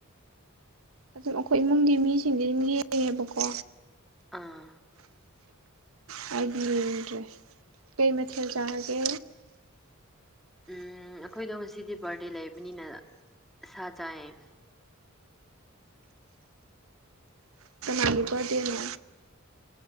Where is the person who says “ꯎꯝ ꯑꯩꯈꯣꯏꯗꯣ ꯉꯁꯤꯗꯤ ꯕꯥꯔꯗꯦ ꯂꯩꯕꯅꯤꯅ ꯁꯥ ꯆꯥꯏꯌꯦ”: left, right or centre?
Centre